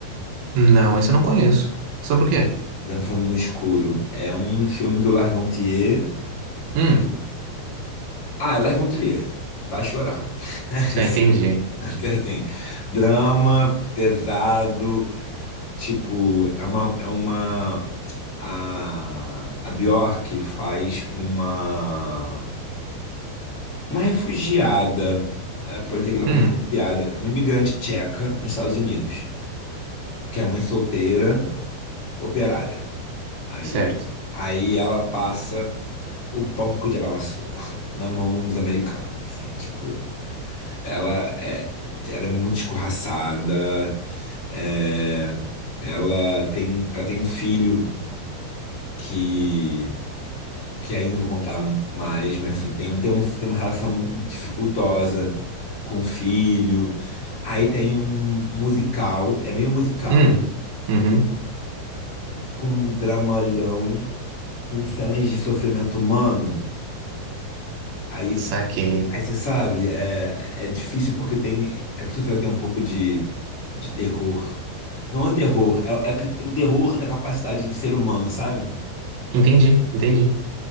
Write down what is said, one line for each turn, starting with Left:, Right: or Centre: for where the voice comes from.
Right: Não, esse eu não conheço. Sobre o quê?
Left: Dançando no Escuro. É um filme do Lars von Trier.
Right: Hum,
Left: Ah, é Lars von Trier. Vai chorar. <laughs>
Right: já entendi.
Left: Até tem drama pesado, tipo, é uma, é uma a, a Bjork faz uma uma refugiada, é, pode dizer que ela é
Right: Hum,
Left: uma refugiada, é uma imigrante tcheca nos Estados Unidos, que é mãe solteira operária. Aí,
Right: certo.
Left: aí ela passa o pão com Diabamaçu <laughs> na mão dos americanos, assim, tipo, ela é, ela é muito escorraçada, é, ela tem, ela tem um filho que, que aí não vou contar mais, mas enfim, tem, tem, um, tem uma relação dificultosa com o filho. Aí tem um musical, é meio musical,
Right: Hum, uhum,
Left: com um dramalhão com cenas de sofrimento humano, aí,
Right: saquei.
Left: aí você sabe, é, é difícil porque tem. É por isso que eu falei que tem um pouco de, de terror. Não é terror, é, é que- o terror é da capacidade do ser humano, sabe?
Right: Entendi, entendi.